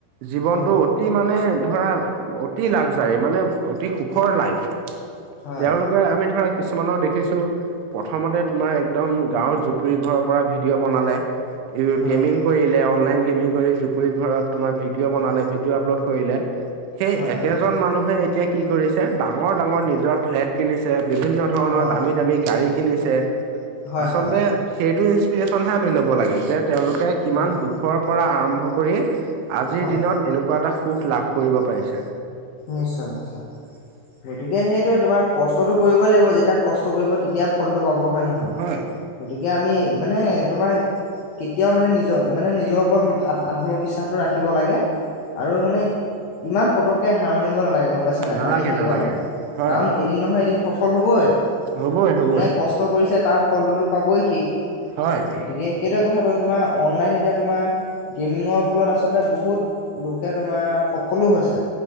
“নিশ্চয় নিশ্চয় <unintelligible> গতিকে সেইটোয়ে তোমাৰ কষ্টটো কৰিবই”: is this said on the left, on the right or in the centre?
Left